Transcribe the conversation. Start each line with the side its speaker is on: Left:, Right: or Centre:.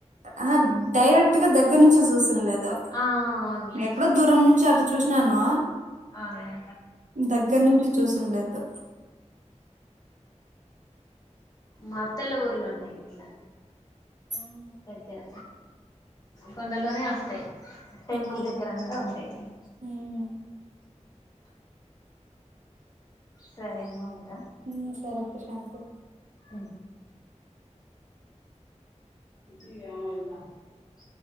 Right: అహ డైరెక్ట్ గా దగ్గర నుంచి చూసింలేదు
Left: ఆ అవునులే
Right: ఎక్కడో దూరం నుంచి అట్ల చూసినాను
Left: అవునులే
Right: దగ్గర నుంచి చూసినలేదు
Left: మత్తల ఊర్లో ఉన్నయి ఇలా
Right: ఆ
Left: దగ్గర కొండల్లోనే వస్తాయి టెంపుల్
Right: అవును
Left: దగ్గర అంతా ఉంటాయి
Right: ఉమ్
Left: సరే మా ఉంటా
Right: ఉ సరే ప్రశాంతి
Left: అ ఇక వెత <unintelligible>